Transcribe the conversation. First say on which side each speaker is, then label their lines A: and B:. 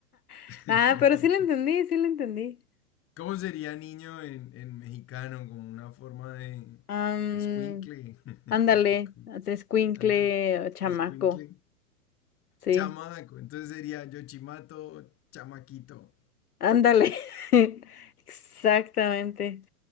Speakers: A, on the left; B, on the left.
A: <laughs>
B: <laughs> ah, pero sí lo entendí, sí lo entendí.
A: ¿Cómo sería niño en, en mexicano? Como una forma de
B: Am,
A: escuincle. <laughs>
B: ándale, escuincle,
A: Ándale,
B: chamaco,
A: escuincle.
B: sí.
A: Chamaco, entonces sería Yochimato, chamaquito.
B: Ándale, <laughs> exactamente.